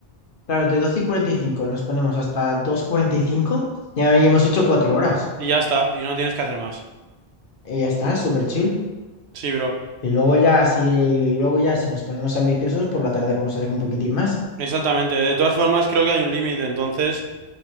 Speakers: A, on the left; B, on the right.
A: Claro, de 12 y 45 nos ponemos hasta dos y cuarenta y cinco ya ahí hemos hecho cuatro horas.
B: Y ya está, y no tienes que hacer más.
A: Y ya está, súper chill.
B: Sí, bro.
A: Y luego ya, si, y luego ya, si nos ponemos ambiciosos, por la tarde podemos hacer un poquitín más.
B: Exactamente. De todas formas, creo que hay un límite. Entonces,